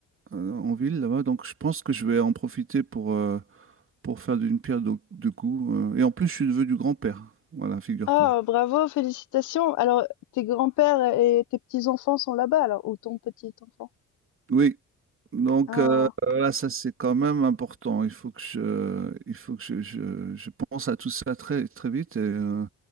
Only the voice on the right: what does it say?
euh, en ville là-bas, donc je pense que je vais en profiter pour, euh, pour faire d'une pierre deux deux coups. euh. et en plus, je suis neveu du grand-père. Voilà, figure-toi.
Oui, donc
euh, là, ça c'est quand même important. Il faut que je, il faut que je, je- je pense à tout ça très, très vite. Et, euh,